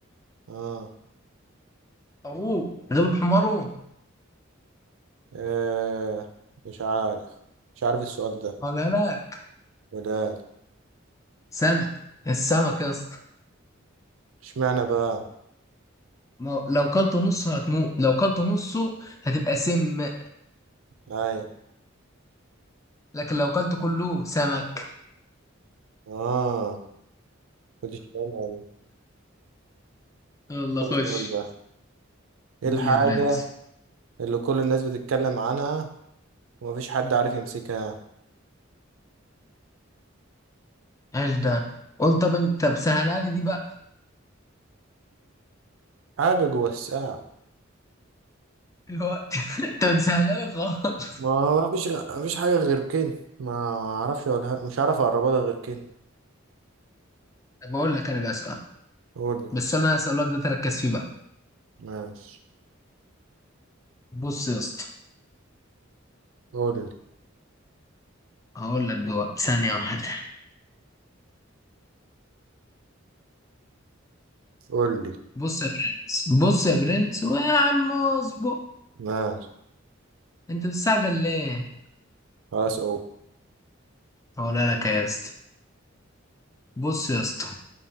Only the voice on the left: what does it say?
اخوه غلب حماره
ولا لا
سمك السمك يا اسطى
ما هو لو كلته نصه هتموت لو كلته نصه هتبقى سم
لكن لو كلت كله سمك
يلا
خش
قول
يا برنس
ايش ده قول طب انت بسهلها لي دي بقى
الوقت <laughs> انت بتسهلها لي <laughs> خالص
طب بقول لك انا بقى سؤال
بس السؤال اللي انا هسألك ده تركز فيه بقى
بص يا اسطى
هقول لك دلوقتي ثانية واحدة
بص يا برنس بص يا برنس ويا عم اصبر
انت بتستعجل ليه
هقولها لك يا اسطى بص يا اسطى